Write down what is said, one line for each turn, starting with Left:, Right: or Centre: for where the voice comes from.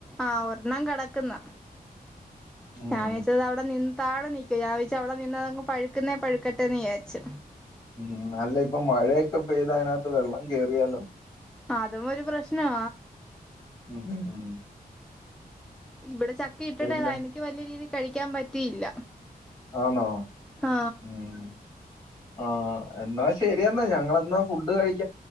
Centre: ആ ഒര ണ്ണം കെടക്കുന്നു.
Left: ഉം
Centre: ഞാവിചാച്ചതിവിടെ നിന് താഴെ നിക്കേ ഞാൻ വിചാരിച്ചു അവിടെ നിന്ന് പഴുക്കുന്നെ പഴുക്കട്ടെന്നു വിചാരിച്ചു.
Left: മ് അല്ലായിപ്പോ മഴൊക്കെ പൈത് അതിനാത് വെള്ളം കേറിയാലോ.
Centre: അതും ഒരു പ്രശ്നാ
Left: ഉം ഉം ഉം
Centre: ഇവടെ സ് ചക്കയിട്ടിട്ട്
Left: പിന്നെ
Centre: ഇൻക്ക് വല്ല്യ രീതിയി കഴിക്കാൻ പറ്റിയില്ല
Left: ആണോ
Centre: ആ
Left: മ് ആ എന്നാ ശരിയെന്ന ഞങ്ങളെന്ന ഫുഡ് കഴ്